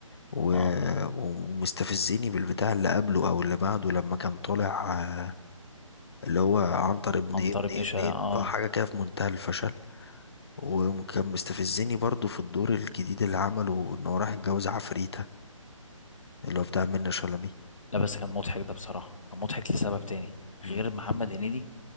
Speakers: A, on the left; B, on the left.
A: و...
B: اه
A: ومستفزني بالبتاع اللي قبله او اللي بعده لما كان طالع آه، اللي هو عنتر ابن
B: عنتر
A: ابن
B: ابن
A: ابن
B: شقة
A: ابن
B: اه
A: اه حاجة كده في منتهى الفشل وكان مستفزني برضو في الدور الجديد اللي عمله ان هو راح يتجوز عفريتة اللي هو بتاع منة شلبي
B: لا بس كان مضحك ده بصراحة كان مضحك لسبب تاني
A: مم.
B: غير محمد هنيدي